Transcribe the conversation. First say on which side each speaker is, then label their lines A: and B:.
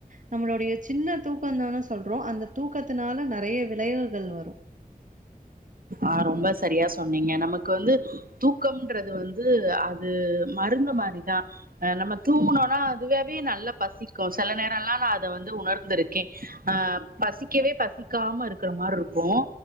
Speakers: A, on the right (about 55°); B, on the right (about 70°).
A: நம்மளுடைய சின்ன தூக்கந் தான சொல்றோ அந்த தூக்கத்தினால நெறைய விளைவுகள் வரு
B: அ ரொம்ப சரியா சொன்னீங்க நமக்கு வந்து தூக்கம்ன்றது வந்து அது மருந்து மாரிதா அ நம்ம தூங்குனோனா அதுவாவே நல்லா பசிக்கு செல நேரல்லா நா அத வந்து உணர்ந்திருக்கே அ பசிக்கவே பசிக்காம இருக்கற மாரி இருக்கும்